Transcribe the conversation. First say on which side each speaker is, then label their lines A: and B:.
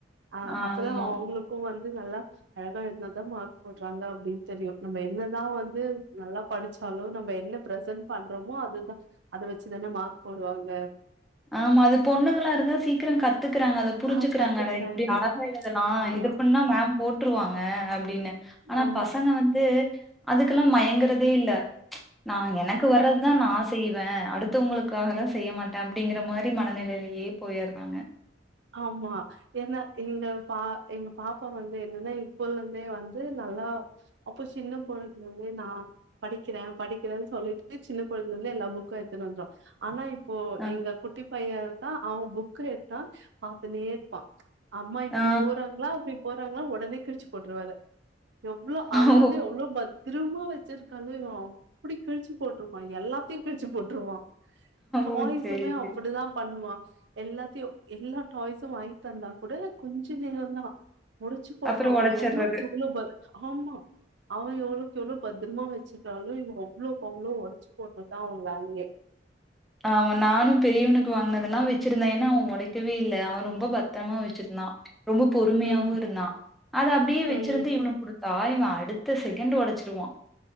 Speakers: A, on the right; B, in the centre.
A: அஹ்
B: ஆமா.
A: அப்பதான் அவங்களுக்கும் வந்து நல்லா அழகா எழுதுனா தான் மார்க் போடுவாங்க அப்படின்னு தெரியும் நம்ம என்ன நான் வந்து நல்லா படிச்சு ஹலோ நம்ம என்ன ப்ரசன்ட் பண்றோமோ அதுதான் அதை வச்சுதானே மார்க் போடுவாங்க
B: ஆமா அது பொண்ணுங்களா இருந்தா சீக்கிரம் கத்துக்கறாங்க அதை புரிஞ்சுக்கிறாங்க
A: ஆ கத்துக்குறாங்க
B: அட இப்படி அழகாய இதல்லா
A: ஆமா
B: இது பண்ணா மேம் போட்டுருவாங்க அப்படின்னு ஆனா
A: ஆ
B: பசங்க வந்து அதுக்கெல்லா மயங்கறதே இல்ல ச்சு நான் எனக்கு வர்றதுதான் நான் செய்வேன் அடுத்து த்து உங்களுக்காக எல்லா செய்ய மாட்டே அப் அப்படிங்கிற மாரி மனநெலயிலேயே போயிறாங்க
A: ஆமா என்ன எங்கபா எங்க பாப்பா வந்து என்னன்னா இப்பல இருந்தே வந்து நல்லா அப்போ சின்ன பொழுதுல இருந்தே நா படிக்கிறேன் படிக்கிறேன்னு சொல்லிட்டு சின்ன பொழுதுல இருந்தே எல்லா புக்கும் எடுத்துட்டு வந்துரு ஆனாஸ இப் இப்போ
B: ஆ
A: எங்க குட்டி பையா இருக்கா அவுங்க புக் <unintelligible> அ பாத்துனேருப்பா அம்மா இப்டி
B: ஆ
A: போறாங்களா அப்டி போற ளாங்களா ஒடனே கிழிச்சு போட்ருவே அதா எவ்ளோ அவன்
B: ஓ
A: வந்து எவ்ளோ பத் திரும்ப வச்சிருக்கான்ல எ அப்டி கிழிச்சு போட்டுருப்பான் எல்லாத்தையு கிழிச்சு போட்டிருவான்
B: ஓ
A: வாய்ஸுமே
B: சரி சரி
A: அப்புடிதா பண்ணுவா எல்லாத்தையு எல்லா டாய்ஸும் வாங்கி தந்தா கூட கொஞ்ச நேரோந்தா முடிச்சு போட்டுருவ
B: அப்புறம்
A: அவன்
B: உடைச்சிடுறது
A: எவ்ளோ பொருள பாரு ஆமா அவ எவ்ளோக்கு எவ்ளோவு பத்திரமா வச்சுக்கிறாலோ இவன் அவ்ளோக்கு அவ்ளோ ஒடச்சு போட்றதா அவன் வேலயே
B: ஆமா நானு பெரியவனுக்கு வாங்குனதெல்லா வச்சிருந்தே ஏன்னா அவன் ஒடக்கவே இல்ல அவன் ரொம்ப பத்தமா வச்சுருந்தா ரொம்ப பொறுமையாவு
A: ம்
B: இருந்தா அத அப்டியே வச்சுருந்து
A: ம்
B: இவனுக்கு குடுத்தா பாய் அடுத்த செகண்ட் ஒடச்சுருவா